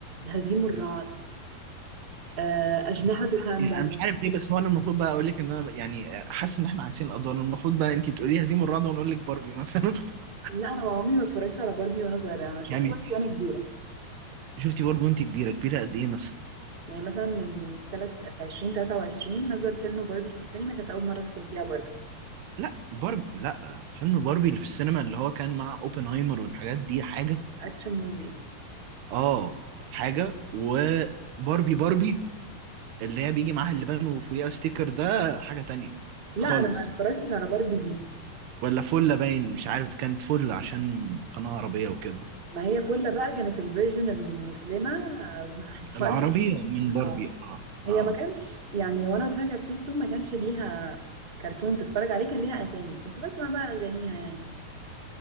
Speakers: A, on the right (about 20°); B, on the right (about 85°).
A: هزيم الرعد آه، اجنحه كاندا
B: يعني انا مش عارف ليه بس هو انا المفروض بقى اقول لك ان انا يعني حاسس ان احنا عكسين الادوار المفروض بقى انت تقولي هزيم الرعد وانا اقول لك باربي مثلا <laughs>
A: لا انا عمري ما اتفرجت على باربي وانا صغيره انا شفت
B: يعني
A: باربي وانا كبيره
B: شفتي باربي وانت كبيره كبيره قد ايه مثلا
A: يعني مثلا من تلت في 2023 نزل فيلم باربي في السينما كانت اول مره ادخل فيها باربي
B: لا باربي لا فيلم باربي اللي في السينما اللي هو كان مع اوبنهايمر والحاجات دي حاجه
A: اكشن موفي
B: اه حاجه وباربي باربي اللي هي بيجي معاها اللبان وفوقيها ستيكر ده حاجه تانية
A: لا
B: خالص
A: انا ما اتفرجتش على باربي دي
B: ولا فلة باين مش عارف كانت فلة عشان قناة عربية وكده
A: ما هي فله بقى كانت الفيرجن المسلمه آه، <laughs> بتاع
B: العربية
A: باربي
B: من باربي
A: اه
B: اه
A: هي
B: اه
A: ما كانش يعني وانا بتفرج على سبيس تون ما كانش ليها كرتون تتفرج عليه كان ليها اغاني كنت بسمع بقى اغانيها يعني